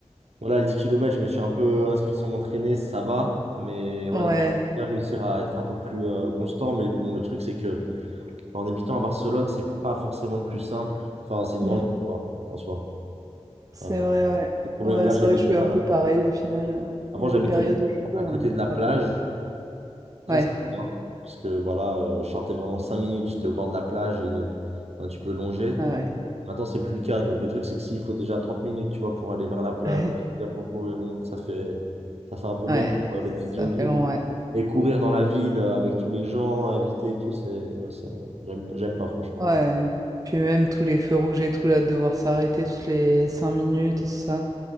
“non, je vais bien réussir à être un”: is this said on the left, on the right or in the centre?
Right